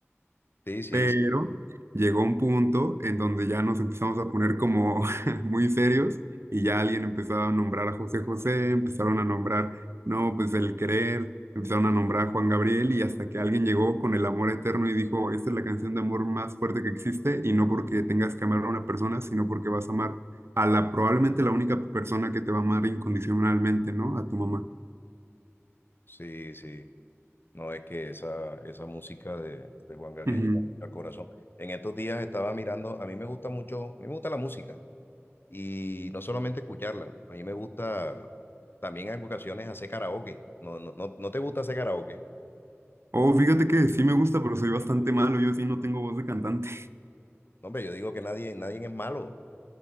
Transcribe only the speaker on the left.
Sí, sí,
sí, sí. No es que esa, esa música de, de Juan Gabriel
llega al corazón. En estos días estaba mirando, a mí me gusta mucho, a mí me gusta la música y no solamente escucharla, a mí me gusta también en ocasiones hacer karaoke. No, no, no, no te gusta hacer karaoke.
No, hombre, yo digo que nadie, nadie es malo.